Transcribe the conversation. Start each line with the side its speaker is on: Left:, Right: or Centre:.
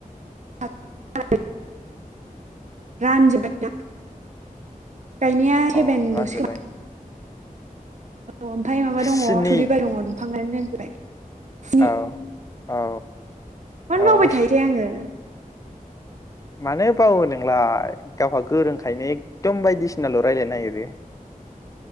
Right: <unintelligible> रानजोब्बाय ना। गायनाया सेभेन
Left: अ रानजोब्बाय
Right: ल'सै खोमा? औ ओमफ्राय माबा दङ
Left: स्नि
Right: थुरिबा दङ दंफां। <unintelligible> स्नि
Left: औ औ
Right: मानो
Left: औ
Right: बावबाय थायो थाय आङो।
Left: मानो बावो नोंलाय गावहा गोरोंखायनो एकदम बायदि सिना ल' रायलानो नागेरो।